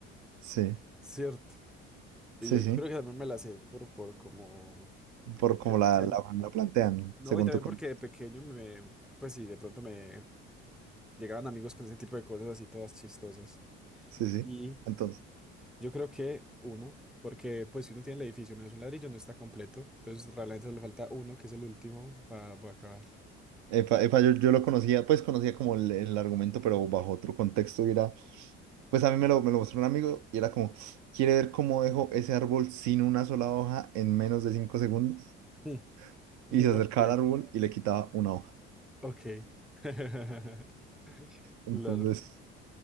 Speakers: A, on the right; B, in the centre.
A: Sí,
B: ¿cierto? Y
A: sí,
B: yo, yo
A: sí.
B: creo que también me las sé por, por como, como
A: Por
B: que
A: como
B: me
A: la,
B: hacían.
A: la, la plantean,
B: No,
A: según
B: y también
A: tu cuento.
B: porque de pequeño me. Pues sí, de pronto me llegaban amigos con ese tipo de cosas así todas chistosas.
A: Sí, sí.
B: Y
A: Entonces.
B: yo creo que uno, porque pues si uno tiene el edificio menos un ladrillo no está completo, entonces realmente solo le falta uno, que es el último, para acabar
A: Epa, epa, yo, yo lo conocía, pues conocía como el, el argumento, pero bajo otro contexto. Y era, pues a mí me lo, me lo mostró un amigo y era como, quiere ver cómo dejo ese árbol sin una sola hoja en menos de cinco segundos.
B: <laughs> No.
A: Y se acercaba
B: Ok,
A: al árbol y le quitaba una hoja.
B: ok. <laughs>
A: Entonces,
B: Claro.